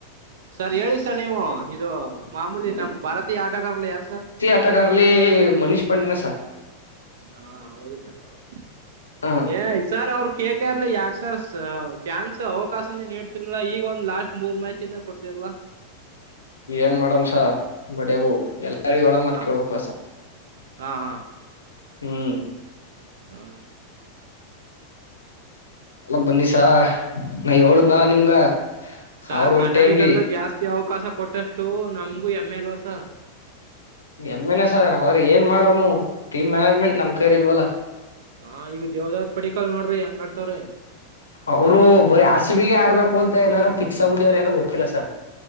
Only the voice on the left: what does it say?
ಆತ ಕಾರಲೆ ಮನಷ್ ಪಣ್ಣಸ
ಹ
ಏನ್ ಮಾಡ್ಯಮ್ ಬಡೆವು ಎಲ್ಲಾರ್ ಹೇಳೋ ಮಾತ್ಕಳ್ಬೇಕಸ
ಹ್ಮ್
ಅಲ್ಲ ಬನ್ನಿ ಸರ್ ನಾ ಏಳದ್ನಾ
ನಿಮ್ಗ
ಅವರು ಒಂದು
ಟೈಮ್ಲಿ
ಹೆಮ್ಮೆನೆ ಸರ್ ಆದ್ರೆ ಏನ್ ಮಾಡಮ್ಮು ಟೀಮ್ ಮ್ಯಾನೇಜ್ಮೆಂಟ್ ನಮ್ ಕೈಲ್ಲಿ ಇಲ್ವಲ್ಲಾ.
ಅವ್ರು ಬರೀ ಆರ್ ಸಿ ಬಿ ಗೆ ಆಡ್ಬೇಕು ಅಂತ ಏನಾರೂ ಫಿಕ್ಸ್ ಆಗ್ಬೀಟವರ್ರೆ ಅವ್ರ ಏನೋ ಗೊತ್ತಿಲ್ಲ ಸರ್.